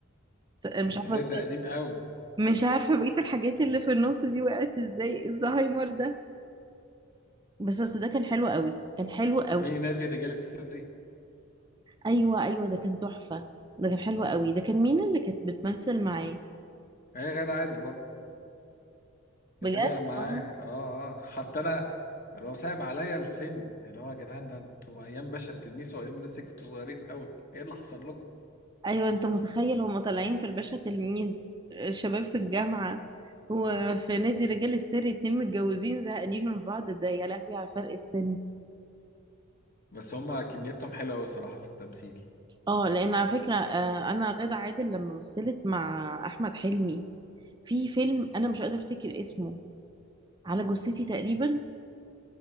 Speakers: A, on the right; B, on the left.
A: س-
B: السيد
A: مش عارفه
B: ده قديم قوي
A: مش عارفة بقية الحاجات اللي في النص دي وقعت ازاي الزهايمر ده بس اصل ده كان حلو قوي كان حلو قوي
B: وفي نادي الرجال السري
A: ايوه ايوه ده كان تحفه ده كان حلو قوي ده كان مين اللي كانت بتمثل معاه
B: هي غادة عادل برضه
A: بجد
B: كانت هي معاه
A: آه.
B: اه اه حتى انا اللي هو صعب عليا السن اللي هو يا جدعان ده انتوا ايام باشا التلميذ وايام الناس دي كنتوا صغيرين قوي ايه اللي حصل لكم
A: ايوه انت متخيل هما طالعين في الباشا تلميذ آه، شباب في الجامعه وفي نادي رجال السر اتنين متجوزين زهقانين من بعض ده يا لهوي على فرق السن
B: بس هما كميتهم حلوه قوي الصراحه في التمثيل
A: اه لان على فكره آه، انا غادة عادل لما مثلت مع احمد حلمي في فيلم انا مش قادره افتكر اسمه على جثتي تقريبا